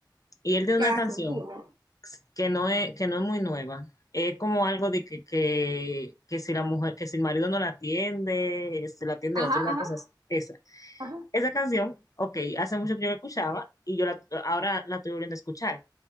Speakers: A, on the left (about 45°); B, on the right (about 60°).
A: Y él tiene
B: Casi.
A: una canción
B: Una.
A: que no es, que no es muy nueva. Es como algo de que, que, que si la mujer, que si el marido no la atiende, se la atiende
B: Ajá,
A: otro, una
B: ajá,
A: cosa así. Esa.
B: ajá.
A: Esa canción, ok, hace mucho que yo la escuchaba y yo la, ahora la estoy volviendo a escuchar.